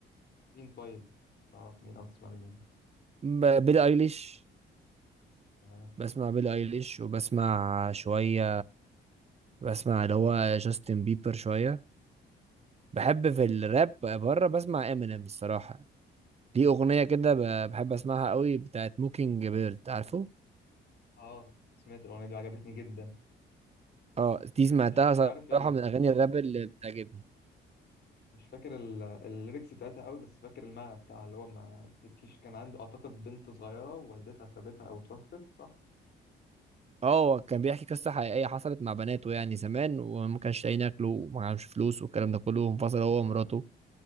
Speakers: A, on the left; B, on the right.
A: مين طيب تعرف مين او تسمع لمين
B: ب- بيلي ايليش
A: تمام
B: بسمع بيلي ايليش وبسمع شوية بسمع اللي هو جاستن بيبر شوية بحب
A: حلو.
B: في الراب بره بسمع امينيم الصراحة دي أغنية كده ب- بحب أسمعها قوي بتاعت موكينج بيرد عارفه؟
A: اه سمعت الاغنيه دي وعجبتني جدا
B: اه دي سمعتها
A: انا مش مش عارف
B: صراحة من أغاني الراب اللي بتعجبني
A: مش فاكر ال- الليركس بتاعتها قوي بس فاكر المعنى بتاع اللي هو ما تبكيش كان عنده اعتقد بنت صغيره والدتها سابتها او توفت صح
B: اه هو كان بيحكي قصة حقيقية حصلت مع بناته يعني زمان وما كانش لاقيين ياكلوا وما كانش فلوس والكلام ده كله وانفصل
A: ايوه
B: هو ومراته
A: ايوه